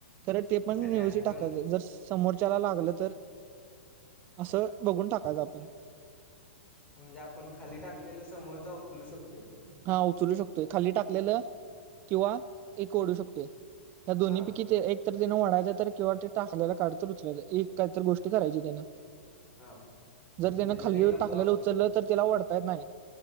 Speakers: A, on the right (about 30°); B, on the left (about 20°).
A: खरं ते पण
B: आणि
A: व्यवस्थित
B: आपण
A: टाकायचं जर समोरच्याला लागलं तर असं बघून टाकाच आपण
B: म्हणजे आपण खाली टाकलेला समोरचा उचलू शकते
A: हा उचलू शकतोय खाली टाकलेलं किंवा एक ओढू शकतोय. ह्या दोन्हीैकी
B: हा
A: ते एक तर एक जण वढायच तर किंवा ते टाकलेला काढ तर एक काहीत गोष्टी करायची त्यानं
B: हा
A: जर
B: म्हणजे
A: त्याने
B: जरी
A: खाली
B: नको
A: टाकलेला उचललं तर त्याला वढता येत नाय.